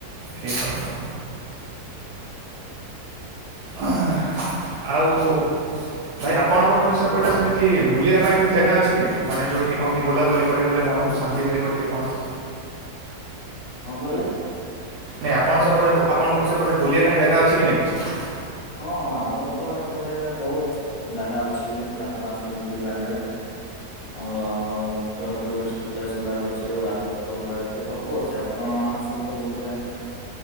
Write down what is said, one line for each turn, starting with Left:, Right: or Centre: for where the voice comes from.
Right: କି <unintelligible> ଆଁ ଆଉ। ଭାଇ ଆପଣଙ୍କ ପଟେ ସେପଟେ ସେମିତି ବୁଲିବା ପାଇଁ କିଛି ଜାଗା ଅଛି କି ନାଇଁ ମାନେ ଯୋଉଠି କଣ କିି ବୁଲା ବୁ ଲି କରି ଗଲେ ମନ ଶାନ୍ତି ମିଳିବ ଟିକେ କଣ?
Left: କଣ କହିଲେ?
Right: ନାହିଁ ଆପଣ ସେପଟେ, ଆପଣଙ୍କର ସେପଟେ ବୁଲିବା ପାଇଁ ଜାଗା ଅଛି କି ନାହିଁ କିଛି।
Left: ହଁ ଆମର ତ ଏପଟେ ବହୁତ ଜାଗା ‌ଅଛି ବି ଆପଣ ଆସିଲେ ବୁଲି ପାରିବେ। ଆମର ଟୁ ଟୁରିଷ୍ଟ ପ୍ଲେସ୍ ଗୁଡାକ ଅଛି ୱାଟର ଫଲ ଗୁଡ଼ାକ ଅଛି ସବୁ ଅଛି। କଣ ହାସିଲେ ତ ବୁଲିବେ।